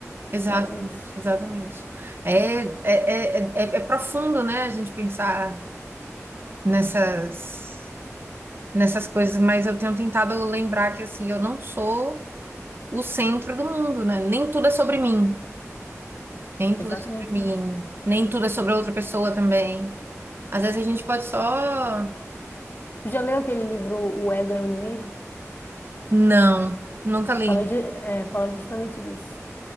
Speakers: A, on the right; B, on the left.
A: Exatamente,
B: Então é isso.
A: exatamente. É, é, é, é, é profundo, né, a gente pensar nessas, nessas coisas, mas eu tenho tentado lembrar que, assim, eu não sou o centro do mundo, né? Nem tudo é sobre mim, nem
B: Exatamente
A: tudo é sobre mim,
B: isso.
A: nem tudo é sobre outra pessoa também. Às vezes a gente pode só...
B: Tu já leu aquele livro O Ego é o Inimigo?
A: Não, nunca li.
B: Fala, de, é, fala justamente disso.